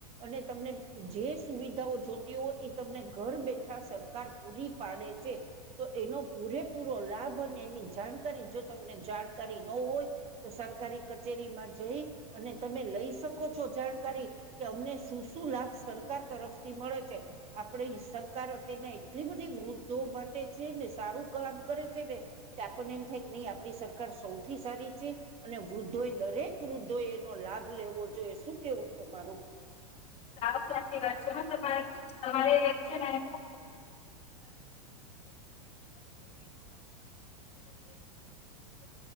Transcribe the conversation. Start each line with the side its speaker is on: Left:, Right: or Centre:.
Right: અને તમને જે સુવિધાઓ જોતી હોય એ તમને ઘર બેઠા સરકાર પૂરી પાડે છે તો એનો પૂરે પૂરો લાભ અને એની જાણકારી જો તમને જાણકારી નો હોય તો સરકારી કચેરીમાં જઈ અને તમે લઈ શકો છો જાણકારી કે અમને શું શું લાભ સરકાર તરફથી મળે છે આપણી સરકાર અત્યના એટલી બધી વૃદ્ધો માટે છે ને સારું કામ કરે છે ને કે આપણને એમ થાય કે નહી આપણી સરકાર સૌથી સારી છે અને વૃદ્ધોએ દરેક વૃદ્ધો એનો લાભ લેવો જોઈએ શું કેવું તમારું.
Left: હાવ સાચી વાત છે હો ન તમારે એમ જ ન.